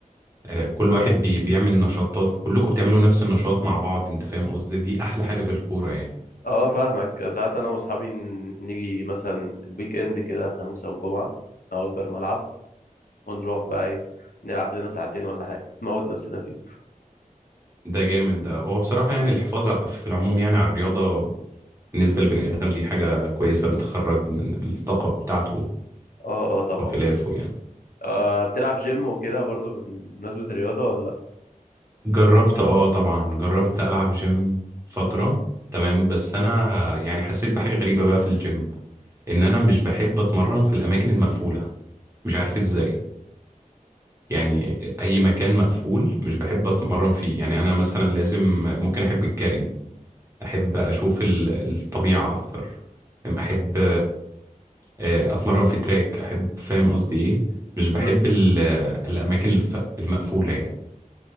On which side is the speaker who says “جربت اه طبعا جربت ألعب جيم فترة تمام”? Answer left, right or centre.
Right